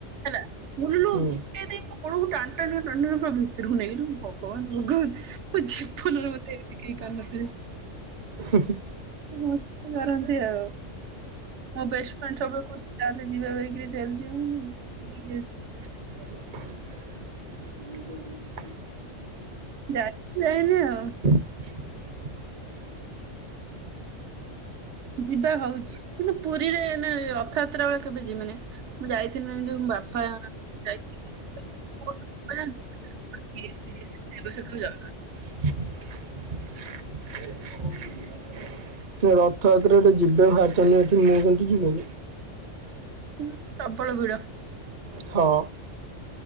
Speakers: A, on the right (about 70°); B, on the right (about 45°).
A: ହେଲା ନାଇଁ ନାଇଁ
B: ହୁଁ
A: ମୁଁ କୂଳକୁ ଟାଣି ଟାଣି, ଟାଣି ଟାଣି ପୁରା ଭିତରକୁ ନେଇଗଲି, ମୁଁ କହିଲି ଭଗବାନ, ଭଗବାନ। ମୋ ଜୀବନରେ ମତେ ଏମିତି କେହି କରିନଥିବେ।
B: ହୁଁ ହୁଁ।
A: ସେ ମୋ ସହିତ କରନ୍ତି ଆଉ, ମୋ ବେଷ୍ଟ ଫ୍ରେଣ୍ଡ ସବୁବେଳେ କହୁ ଚାଲ ଯିବା ବାଇକି ରେ ଚାଲ ଯିବା, ମୁଁ ବୁଲି
B: <unintelligible>
A: ଯାଇଚି ଯାଇନି ଆଉ।
B: <unintelligible>
A: ଯିବା ହଉଛି, କିନ୍ତୁ ପୁରୀରେ ଏଇନେ ରଥଯାତ୍ରା ବେଳେ କେବେ ଯିମିନି। ମୁଁ ଯାଇଥିଲି ନା ଯୋଉ, ବାପା ଯାଇ <unintelligible>
B: <unintelligible> କିଏ ରଥଯାତ୍ରାରେ ଯିବେ ବାହାରିଛନ୍ତି ଏଠି, ମୁଁ କିନ୍ତୁ ଯିବିନି।
A: ହୁଁ, ପ୍ରବଳ ଭିଡ।
B: ହଁ।